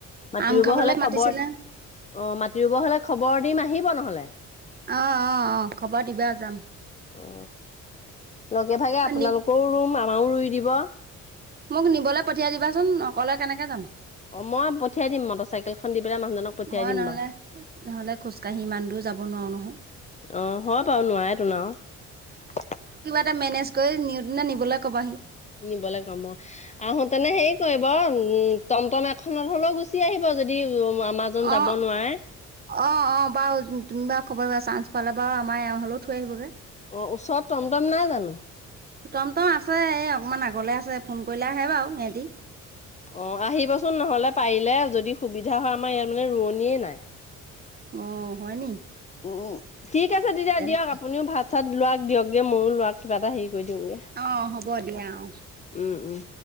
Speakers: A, on the left; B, on the right.
A: মাটি
B: আম
A: ৰুব
B: খাবলৈ
A: হ'লে
B: মাতিছিলে
A: খবৰ অ, মাটি ৰুব হ'লে খবৰ দিম আহিব নহ'লে।
B: অ', অ', অ', খবৰ দিবা যাম।
A: অ, লগে ভাগে আপোনালোকৰো
B: অ', নি
A: ৰুম আমাৰো ৰুই দিব।
B: মোক নিবলে পঠিয়াই দিবাচোন অকলে কেনেকে যাম?
A: অ, মই পঠিয়াই দিম মটৰ চাইকেলখন দি পেলাই মানুহজনক পঠিয়াই
B: মই
A: দিম
B: নহ'লে-নহ'লে
A: বাৰু।
B: খোজকাঢ়ি ইমান দূৰ যাব নোৱাৰো নহয়।
A: অহ, হয় বাৰু নোৱাৰে তোন আৰু।
B: যে মেনেজ কৰি নিউ দিনা নিবলে কবা আহি।
A: নিবলে কম অ, আহোতেনে হেৰি কৰিব উম টমটম এখনত হ'লেও গুচি আহিব যদি আমাৰজন
B: অ'
A: যাব নোৱাৰে
B: অ', অ', বাৰু তুমি বাৰু কবল দিবা চাঞ্চ পালে বাৰু আমাৰ এওঁ হ'লেও থৈ আহিবগে।
A: অ' ওচৰত টমটম নাই জানো?
B: টম টম আছে এই অকমান আগলে আছে ফোন কৰিলে আহে বাৰু সিহঁতি।
A: অ' আহিবচোন ন'হলে পাৰিলে যদি সুবিধা হয় আমাৰ ইয়াত মানে ৰোৱনীয়ে নাই।
B: অ' হয় নি?
A: উম, ঠিক আছে তেতিয়া
B: তেনে
A: দিয়ক আপুনিও ভাত চাত ল'ৰাক দিয়কগে ময়ো ল'ৰাক কিবা এটা হেৰি কৈ দিওঁগে।
B: অ', হ'ব দিয়া অ'।
A: উম উম।